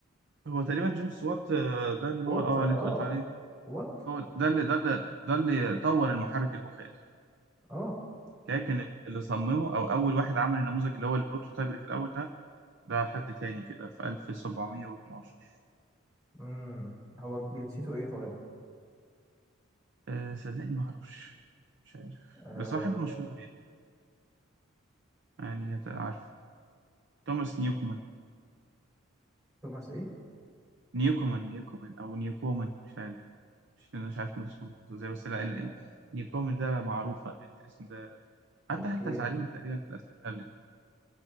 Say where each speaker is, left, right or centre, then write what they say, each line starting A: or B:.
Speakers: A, on the right; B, on the right.
A: هو تقريبا جيمس وات آه، ده اللي هو
B: وات
A: آه
B: اه
A: اللي أنت قلت عليه
B: وات
A: هو ده اللي ده اللي ده اللي طور المحرك البخاري
B: اه
A: كان ال- اللي صممه او اول واحد عمل النموذج اللي هو البروتوتايب اللي في الاول ده ده حد تاني كده في 1712
B: امم هو جنسيته ايه طيب
A: أه صدقني ما اعرفش مش عارف
B: آه...
A: بس واحد مشهور يعني يعني هت- عارفه توماس نيوكومان
B: توماس ايه
A: نيوكومان نيوكومان او نيوكومان مش عارف مش مش عارف نطق اسمه ازاي بس لا ال...
B: آه.
A: ال... نيوكومان ده معروفة يعني الاسم ده حتى
B: اوكي
A: حتى ساعدني تقريبا في الأسئلة قبل كده